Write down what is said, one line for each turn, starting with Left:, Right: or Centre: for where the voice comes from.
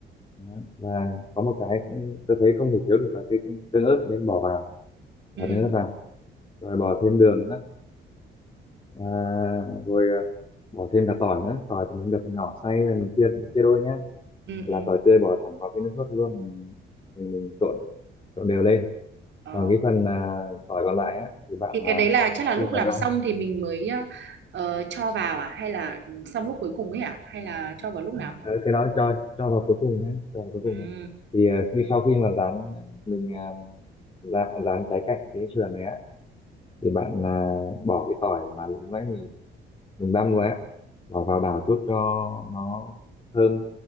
Left: Đó. và có một cái cũng- tớ thấy không thể thiếu được là cái cái tương ớt nên bỏ vào bỏ
Right: ừ
Left: tương ớt vào rồi bỏ thêm đường nữa và rồi à, bỏ thêm cả tỏi nữa tỏi thì mình đập nhỏ xay rồi mình chia chia đôi nhá
Right: ừ
Left: là
Right: ừ
Left: tỏi tươi bỏ thẳng vào cái nước sốt luôn mình, mình, mình trộn trộn đều lên
Right: Ồ.
Left: còn cái phần à, tỏi còn lại á thì bạn
Right: thì
Left: là
Right: cái đấy là chắc là lúc
Left: khi mà
Right: làm
Left: rang
Right: xong thì mình mới ờ, ờ, cho vào à hay là xong lúc cuối cùng ấy à hay là cho vào lúc nào
Left: ờ, cái đó cho cho vào cuối cùng nhé cho vào cuối cùng
Right: ừ
Left: nhé thì à, khi sau khi mà rán mình à, rán, rán trái cạnh cái sườn này á thì bạn à, bỏ cái tỏi mà lúc nãy mình mình băm rồi á bỏ vào đảo chút cho nó thơm